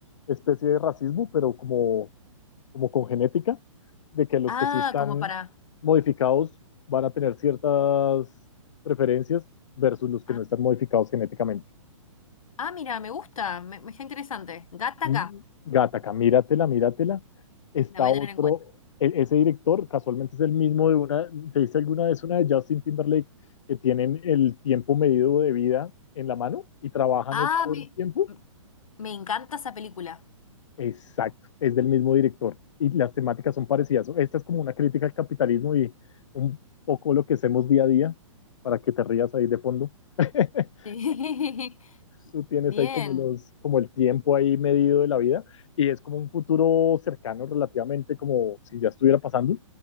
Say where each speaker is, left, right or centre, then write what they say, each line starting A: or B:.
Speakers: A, on the left; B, on the left.
A: especie de racismo, pero como, como con genética, de que los
B: Ah,
A: que sí están
B: como para.
A: modificados van a tener ciertas preferencias versus los
B: Ah,
A: que no están modificados genéticamente.
B: ah, mira, me gusta. Me, me está interesante. Gata
A: Mm, Gataca, míratela, míratela. Está
B: La voy
A: otro,
B: a tener en cuenta.
A: e- ese director casualmente es el mismo de una, ¿te viste alguna vez una de Justin Timberlake que tienen el tiempo medido de vida en la mano y trabajan
B: Ah,
A: es por
B: me,
A: tiempo?
B: me encanta esa película.
A: Exacto, es del mismo director y las temáticas son parecidas. Esta es como una crítica al capitalismo y un poco lo que hacemos día a día para que te rías ahí de fondo. <laughs>
B: Sí. <laughs>
A: tú tienes ahí
B: Bien.
A: como los, como el tiempo ahí medido de la vida y es como un futuro cercano relativamente como si ya estuviera pasando.